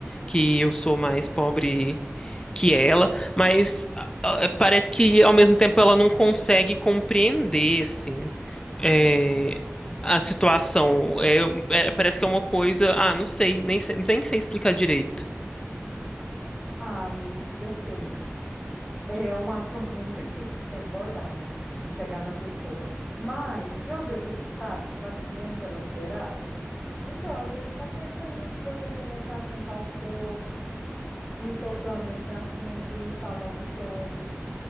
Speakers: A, on the left (about 15°); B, in the centre.
A: Que eu sou mais pobre que ela, mas ah, ah, parece que ao mesmo tempo ela não consegue compreender, assim é, a situação. É, é, parece que é uma coisa. Ah, não sei, nem sei, nem sei explicar direito.
B: Ah, amiga, assim. É um assunto muito difícil de abordar, né? De chegar na pessoa. Mas, já ouviu aquele ditado? que Vai comendo pelas beiradas? Então, às vezes compensa ir introduzindo esse assunto aos poucos, ir tocando nesse assunto, ir falando sobre.